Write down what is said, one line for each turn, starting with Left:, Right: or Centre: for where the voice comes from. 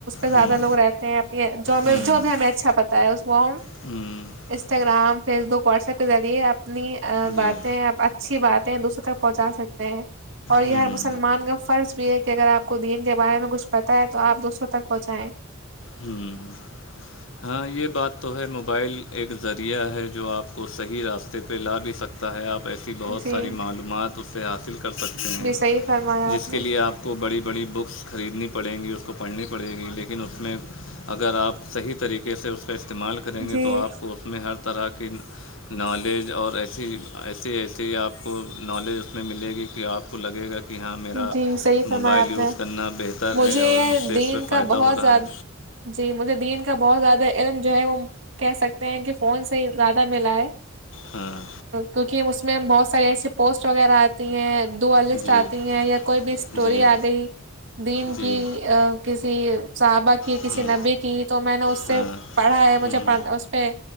Right: زیادہ
Left: ہوں
Right: لوگ رہتے ہیں اپنی
Left: ہوں
Right: جو بھی ہمیں اچھا بتائیں اس کو ہم
Left: ہوں
Right: Instagram Facebook WhatsApp کے زیعے اپنی
Left: جی
Right: باتیں اچھی باتیں دوسرے تک پہنچا سکتے ہیں اور یہ
Left: ہوں
Right: ہر مسلمان فرض بھی یہ ہے کہ اگر آپ کو دین کے بارے میں کچھ پتا ہے تو آپ دوسروں تک پہنچائیں
Left: ہوں ہاں یہ بات تو ہے موبائل ایک ذریعہ ہے جو آپ کو صحیح راستے پہ لا بھی سکتا ستا ہے آپ ایسی بہت
Right: جی
Left: ساری معلومات اس سے حاصل کر سکتے ہیں
Right: جی صحیح فرمایا
Left: جس
Right: آپ
Left: کے
Right: نے
Left: لیے آپ وہ بڑی بڑی بککس خریدنی پڑگی اسکو پڑنی پڑ گی لیکن اس میں اگر آپ صحیح طریقے سے اس کا استعمال کریں گے
Right: جی
Left: تو آپ کو اس میں ہر طرح کی نالج اور ایسی ایسی ایسی آپ کو نالج اس میں ملے گی کہ آپ کو لگے گا کہ کہ ہاں میرا
Right: جی صحیح فرمایا
Left: موبائل
Right: آپ
Left: یوز
Right: نے
Left: کرنا بہتر
Right: مجھے
Left: ہے اور مجھ سے
Right: دین
Left: اس سےہ فائدہ
Right: کا بہت
Left: ہو رہا
Right: زیادہ
Left: ہے
Right: جی مجھے دین کا بہت زیادہ علم جو ہے وہ کہہ سکتے ہیں کہ فون سے ہی زیادہ ملا ہے
Left: ہاں
Right: کیونکہ اس میں بہت ساریے ایسسی پوسٹ وغیرہ آتی ہیں دعا لسٹ
Left: جی
Right: آتی ہیں یا کوئی بھی اسٹوری
Left: جی
Right: آ گئی دین
Left: جی
Right: کی کسی صحابہ کی کسی
Left: ہوں
Right: نبی کی تو میں نے اس سے
Left: ہاں
Right: پڑھا ہے مجھے
Left: ہوں
Right: پھ اس پہ